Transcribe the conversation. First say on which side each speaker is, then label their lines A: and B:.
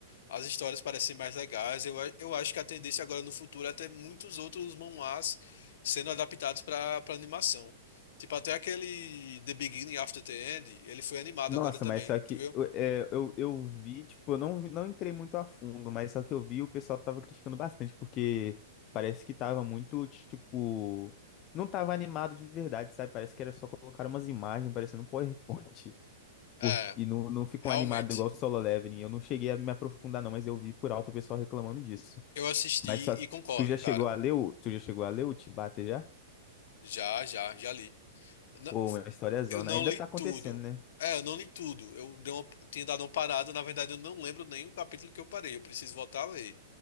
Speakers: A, on the left (about 65°); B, on the left (about 35°).
A: as histórias parecem mais legais. Eu, a- eu acho que a tendência agora no futuro é ter muitos outros manhwas sendo adaptados para para animação. Tipo, até aquele The Beginning After the End, ele foi animado
B: Nossa,
A: agora também,
B: mas só que
A: tu viu?
B: eu- é, eu, eu vi, tipo, eu não, não entrei muito a fundo, mas só que eu vi o pessoal tava criticando bastante, porque parece que tava muito, tipo, não tava animado de verdade, sabe? Parece que era só colocar umas imagens parecendo um PowerPoint, <laughs> por,
A: É,
B: e não, não ficou
A: realmente.
B: animado igual o Solo Leveling. Eu não cheguei a me aprofundar não, mas eu vi por alto o pessoal reclamando disso.
A: Eu assisti
B: Mas só que
A: e concordo,
B: tu já
A: cara.
B: chegou a ler o, tu já chegou a ler o Chibata já?
A: Já, já, já li. Na-
B: Pô, uma história zona.
A: Eu não
B: Ainda
A: li
B: tá acontecendo,
A: tudo.
B: né?
A: É, eu não li tudo. Eu dei uma, tinha dado uma parada. Na verdade, eu não lembro nem o capítulo que eu parei. Eu preciso voltar a ler.